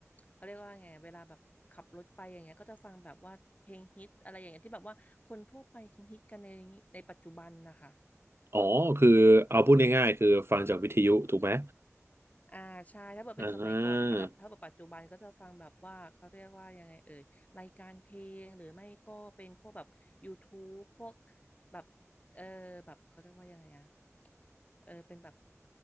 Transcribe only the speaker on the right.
อ๋อคือเอาพูดง่ายๆคือฟังจากวิทยุถูกไหม
อ่า